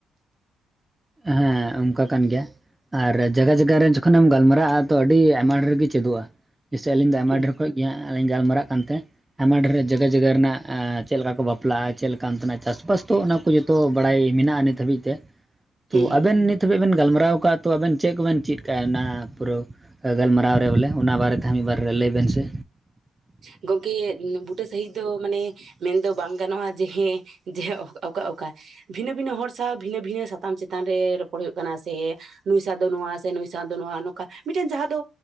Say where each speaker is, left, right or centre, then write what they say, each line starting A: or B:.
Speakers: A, on the right; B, on the right.
A: ᱦᱮᱸ ᱚᱱᱠᱟ ᱠᱟᱱ ᱜᱮᱭᱟ᱾ ᱟᱨ ᱡᱟᱭᱜᱟ ᱡᱟᱜᱟ ᱨᱮ ᱡᱚᱠᱷᱚᱱᱮᱢ ᱜᱟᱞᱢᱟᱨᱟᱜ-ᱟ ᱛᱚ ᱟᱹᱰᱤ ᱟᱭᱢᱟ ᱰᱷᱮᱨ ᱜᱮ ᱪᱮᱫᱚᱜ-ᱟ᱾ ᱡᱮᱭᱥᱮ ᱟᱹᱞᱤᱧ ᱫᱚ ᱟᱭᱢᱟ
B: ᱦᱩᱸ
A: ᱰᱷᱮᱨ ᱠᱷᱚᱡ ᱜᱮ ᱦᱟᱸᱜ ᱞᱤᱧ ᱜᱟᱞᱢᱟᱨᱟᱜ ᱠᱟᱱᱛᱮᱼᱼ ᱟᱭᱢᱟ ᱰᱷᱮᱨ ᱡᱟᱜᱟ ᱡᱟᱜᱟ ᱨᱮᱱᱟᱜ ᱟᱸ ᱪᱮᱜ ᱞᱮᱠᱟ ᱠᱚ ᱵᱟᱯᱞᱟᱜ-ᱟ ᱪᱮᱜ ᱞᱮᱠᱟ ᱚᱱᱛᱮ ᱱᱟᱜ ᱪᱟᱥᱼ ᱵᱟᱥ ᱛᱚ ᱚᱱᱟ ᱠᱚ ᱡᱚᱛᱼᱼ ᱛᱚ ᱵᱟᱲᱟᱭ ᱢᱤᱱᱟᱜ-ᱟ ᱱᱤᱛ ᱦᱟᱹᱵᱤᱡ ᱛᱮ᱾ ᱛᱚ
B: ᱦᱩᱸ ᱦᱩᱸ
A: ᱟᱵᱮᱱ ᱱᱤᱛ ᱦᱟᱹᱵᱤᱡ ᱵᱮᱱ ᱜᱟᱞᱢᱟᱨᱟᱣ ᱠᱟᱜ-ᱟ ᱛᱚ ᱟᱵᱮᱱ ᱪᱮᱜ ᱠᱚᱵᱮᱱ ᱪᱤᱫ ᱠᱟᱜ-ᱟ ᱚᱱᱟ ᱯᱩᱨᱟᱹᱣᱼᱼ ᱟ ᱜᱟᱞᱢᱟᱨᱟᱣ ᱨᱮ ᱵᱚᱞᱮ ᱚᱱᱟ ᱵᱟᱨᱮ ᱛᱮ ᱦᱚᱸ ᱢᱤᱫ ᱵᱟᱨ ᱞᱟᱹᱭ ᱵᱮᱱ ᱥᱮ?
B: ᱜᱚᱝᱠᱮ ᱵᱩᱴᱟᱹ ᱥᱟᱦᱤᱛ ᱫᱚ ᱢᱟᱱᱮ ᱢᱮᱱᱫᱚ ᱵᱟᱝ ᱜᱟᱱᱚᱜᱼᱟ ᱡᱮ ᱦᱮᱸ ᱡᱮ ᱚᱠᱟ ᱚᱠᱟ ᱵᱷᱤᱱᱟᱹ ᱵᱷᱤᱱᱟᱹ ᱦᱚᱲ ᱥᱟᱶ ᱵᱷᱤᱱᱟᱹ ᱵᱷᱤᱱᱟᱹ ᱥᱟᱛᱟᱢ ᱪᱮᱛᱟᱱ ᱨᱮ ᱨᱚᱯᱚᱲ ᱦᱩᱭᱩᱜ ᱠᱟᱱᱟ ᱥᱮ ᱱᱩᱭ ᱥᱟ ᱫᱚ ᱱᱚᱶᱟ ᱥᱮ ᱱᱩᱭ ᱥᱟᱶ ᱫᱚ ᱱᱚᱶᱟ ᱱᱚᱝᱠᱟ ᱢᱤᱫ ᱴᱮᱱ ᱡᱟᱦᱟᱸ ᱫᱚ